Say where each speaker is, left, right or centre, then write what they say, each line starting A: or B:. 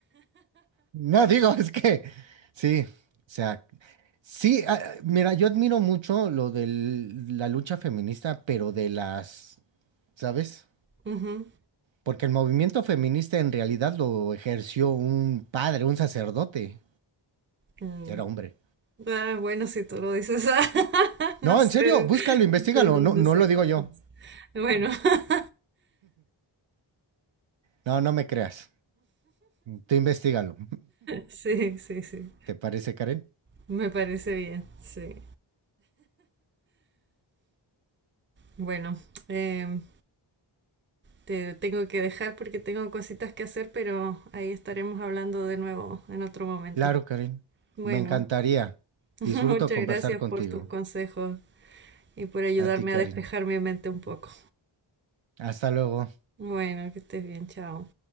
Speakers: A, on the right; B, on the right.
A: No, <laughs> digo, es que sí, o sea, sí, ah, ah, mira, yo admiro mucho lo de la lucha feminista, pero de las, ¿sabes?
B: Ujú.
A: Porque el movimiento feminista en realidad lo ejerció un padre, un sacerdote,
B: Mm,
A: y era hombre.
B: Ah, bueno, si tú lo dices, <laughs> ah, no
A: No,
B: sé
A: en serio, búscalo, investigalo.
B: de dónde
A: No, no
B: sacas
A: lo digo yo.
B: eso. Bueno, <laughs>
A: No, no me creas. Tú investigalo.
B: sí, sí, sí,
A: <laughs> ¿Te parece, Karen?
B: me parece bien, sí. Bueno, em, te tengo que dejar porque tengo cositas que hacer, pero ahí estaremos hablando de nuevo en otro momento.
A: Claro, Karen.
B: Bueno,
A: Me encantaría.
B: <laughs>
A: Disfruto
B: muchas
A: conversar
B: gracias
A: contigo.
B: por tus consejos y por ayudarme
A: A ti, Karen.
B: a despejar mi mente un poco.
A: Hasta luego.
B: Bueno, que estés bien, chao.